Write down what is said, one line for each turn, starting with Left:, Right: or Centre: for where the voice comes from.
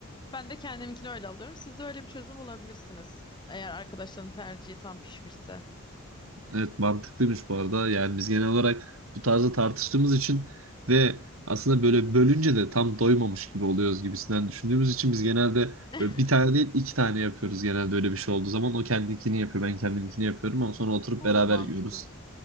Left: Ben de kendiminkini öyle alıyorum. Siz de öyle bir çözüm bulabilirsiniz. Eğer arkadaşların tercihi tam pişmişse.
Right: Evet mantıklıymış bu arada. Yani biz genel olarak bu tarzda tartıştığımız için ve aslında böyle bölünce de tam doymamış gibi oluyoruz gibisinden düşündüğümüz için biz genelde
Left: <laughs>
Right: böyle bir tane değil iki tane yapıyoruz genelde öyle bir şey olduğu zaman. O kendinkini yapıyor ben kendimkini yapıyorum ama sonra oturup
Left: O
Right: beraber
Left: da mantıklı.
Right: yiyoruz.